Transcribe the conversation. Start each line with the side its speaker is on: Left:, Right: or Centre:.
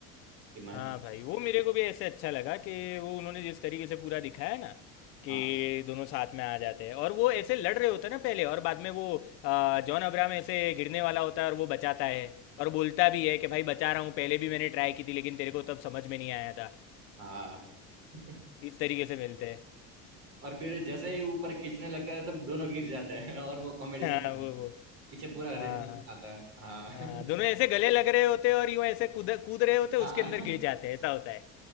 Right: कि महत्व
Left: हाँ भाई वो मेरे को भी ऐसे अच्छा लगा कि वो उन्होंने जिस तरीके से पूरा दिखाया ना कि
Right: हाँ
Left: दोनों साथ में आ जाते हैं और वो ऐसे लड़ रहे होते हैं ना पहले और बाद में वो आ, जॉन अब्राहम ऐसे गिरने वाला होता है और वो बचाता है और बोलता भी है कि भाई बचा रहा हूँ पहले भी मैंने ट्राई की थी लेकिन तेरे को तब समझ में नहीं आया था
Right: हाँ <laughs>
Left: इस तरीके से मिलते हैं
Right: और फिर जैसे ही ऊपर खींचने लगता है तब दोनों गिर जाते हैं और वो कॉमेडी
Left: <laughs> हाँ
Right: सीन
Left: वो वो
Right: पीछे पूरा रिजल्ट
Left: हाँ हाँ
Right: आता है हाँ
Left: हाँ
Right: <laughs>
Left: दोनों ऐसे गले लग रहे होते हैं और यूं ऐसे कूद कूद रहे होते
Right: हाँ
Left: हैं उसके अंदर गिर जाते हैं ऐसा होता है